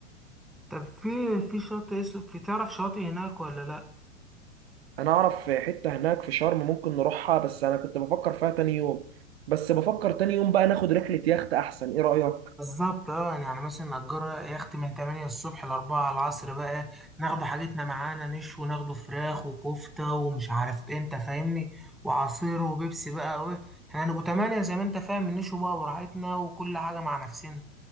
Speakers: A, in the centre; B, on the right.
A: طب في في شاطئ اسمه في تعرف شاطئ هناك ولا لا
B: انا اعرف حتة هناك في شرم ممكن نروحها بس انا كنت بفكر فيها تاني يوم بس بفكر تاني يوم بقى ناخد رحلة يخت احسن ايه رأيك
A: بالظبط اه يعني يعني مثلا نأجر يخت من 8 الصبح ل 4 العصر بقى ناخد حاجتنا معانا نشوي ناخده فراخ وكفتة ومش عارف ايه انت فاهمني وعصير وبيبسي بقى وايه احنا هنبقوا 8 زي ما انت فاهم نشوي بقى براحتنا وكل حاجة مع نفسنا